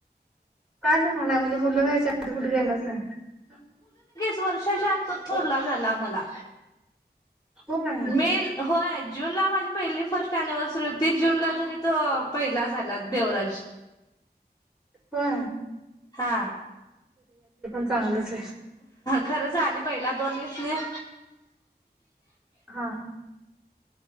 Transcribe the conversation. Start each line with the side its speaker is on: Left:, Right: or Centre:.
Centre: काय सांगायलाय म्हणजे मुलं घ्यायच्या आधी कुठे घ्यायलाच नाही....
Left: पाच वर्षाच्या आतच ठरला झाला मला...
Centre: होय
Left: मे होय जूनला माझी पहिली फर्स्ट अनिव्हर्सरी होती जूनला तरी.. त पहिला झालात देवराज..
Centre: हा...
Left: हा...
Centre: चांगलंच आहे
Left: खरं झाली पहिला दोन वीस न..
Centre: हा